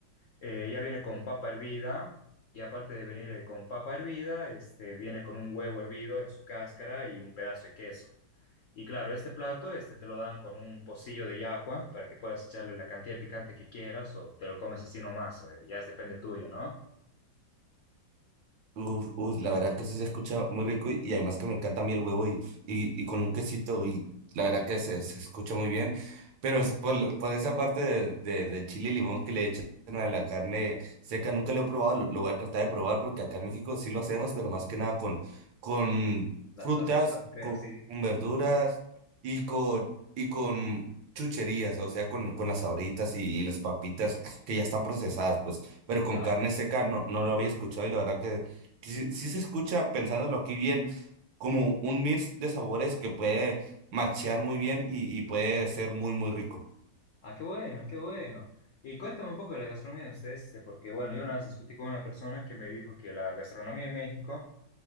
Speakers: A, on the left (about 80°); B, on the right (about 75°).
A: eh, ya viene con papa hervida, y aparte de venir eh, con papa hervida, este, viene con un huevo hervido en su cáscara y un pedazo de queso. Y claro, este plato este te lo dan con un pocillo de llajua para que puedas echarle la cantidad de picante que quieras o te lo comes así nomás, eh, ya es depende tuyo, ¿no?
B: Uf, uf, la verdad que sí se escucha muy rico y, y además que me encanta a mí el huevo y, y, y con un quesito y la verdad que se, se escucha muy bien, pero es por, la- por esa parte de, de, de chile y limón que le echan a la carne seca, nunca lo he probado, lo, lo voy a tratar de probar porque acá en México sí lo hacemos, pero más que nada con, con
A: La,
B: frutas,
A: la sueltas, creo,
B: con,
A: sí,
B: con verduras y con, y con chucherías, o sea, con, con las sabritas y, y las papitas que ya están procesadas, pues, pero con
A: claro.
B: carne seca no, no lo había escuchado y la verdad que sí, sí se escucha, pensándolo aquí bien, como un mix de sabores que puede machear muy bien y, y puede ser muy, muy rico.
A: Ah, qué bueno, qué bueno. Y cuéntame un poco de la gastronomía de ustedes, este, porque bueno, yo una vez discutí con una persona que me dijo que la gastronomía en México